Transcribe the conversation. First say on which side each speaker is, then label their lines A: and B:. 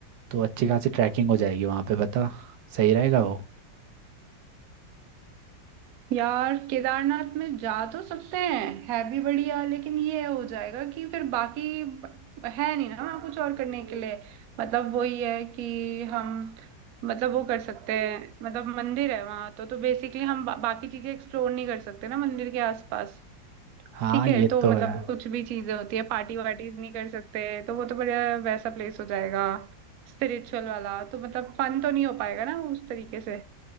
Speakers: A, on the right (about 85°); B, on the right (about 70°).
A: तो अच्छी खासी ट्रैकिंग हो जाएगी वहाँ पे बता सही रहेगा वो
B: यार केदारनाथ में जा तो सकते हैं है भी बढ़िया लेकिन ये हो जाएगा कि फिर बाकी है नहीं ना वहाँ कुछ और करने के लिए मतलब वही है कि हम मतलब वो कर सकते हैं मतलब मंदिर है वहाँ तो तो बेसिकली हम बा, बाकी चीजें एक्सप्लोर नहीं कर सकते ना मंदिर के आसपास
A: हाँ
B: ठीक है
A: ये
B: तो
A: तो
B: मतलब
A: है
B: कुछ भी चीजें होती है पार्टी वार्टीज नहीं कर सकते तो वो तो बढ़िया वैसा प्लेस हो जाएगा स्पिरिचुअल वाला तो मतलब फन तो नहीं हो पाएगा ना उस तरीके से